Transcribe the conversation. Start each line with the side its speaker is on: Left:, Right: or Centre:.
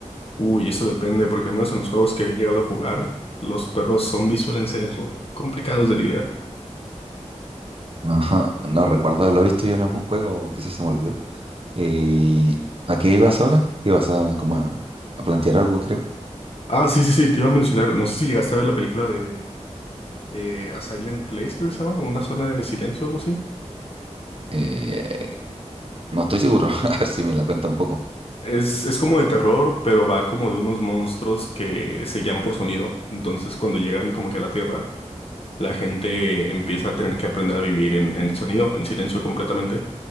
Left: Uy, eso depende, porque al menos en los juegos que he llegado a jugar, los perros zombies suelen ser complicados de lidiar.
Right: Ajá, no recuerdo haberlo visto yo en algún juego, o quizás se me olvidó. Eh, ¿y ¿a qué ibas ahora? Ibas a como a, a plantear algo, creo.
Left: Ah, sí, sí, sí, te iba a mencionar. No sé si llegaste a ver la película de eh, A Silent Place, creo que se llama, una zona de silencio o algo así.
Right: Eh, no estoy seguro, <laughs> a ver si me la cuenta un poco.
Left: Es, es como de terror, pero va como de unos monstruos que se guían por sonido. Entonces, cuando llegan como que a la Tierra, la gente empieza a tener que aprender a vivir en, en sonido, en silencio completamente,